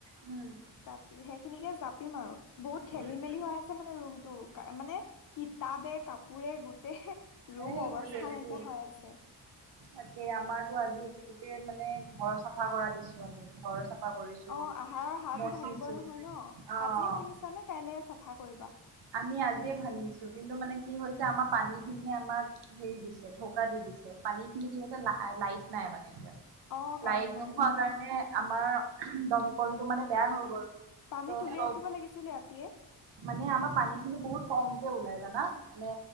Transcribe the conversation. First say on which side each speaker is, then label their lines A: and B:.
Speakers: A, on the right; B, on the left.
A: উম,
B: তি সেইখিনিকে জাপিম আৰু। বহুত
A: উম।
B: খেলি মেলি হৈ আছে মানে ৰুমতটো মানে কিতাপে কাপোৰে গোটেই ৰুম
A: এ একেই
B: অৱস্থা
A: একেই।
B: নাইকিয়া হৈ আছে
A: তাকে আমাৰতো আজি গোতেই মানে ঘৰ চাফা কৰা দিছো আমি ঘৰ চাফা। কৰিছো।
B: অ' আহাৰৰ হাঁহটো
A: মচিছো
B: ভাঙিব নহয় ন
A: অ'।
B: আজিয়ে ভাঙিছা নে কাইলে চাফা কৰিবা।
A: আমি আজিয়ে ভাঙিছো কিন্তু মানে কি হৈছে আমাৰ পানী খিনিয়ে আমাক হেৰি দিছে ঢকা দি পানী খিনি কি হৈছে লাইট নাই মানে এতিয়া
B: অ কাৰেণ্ট
A: লাইট
B: নাই
A: নোখোৱা
B: ন
A: কাৰণে আমাৰ দমকলটো মানে বেয়া হৈ গ'ল
B: পানীত
A: ত'
B: তুলি
A: চব
B: ৰাখিব লাগিছিলে ৰাতিয়ে।
A: মানে আমাৰ পানী খিনি বহুত কমকে ওলাই জানা মানে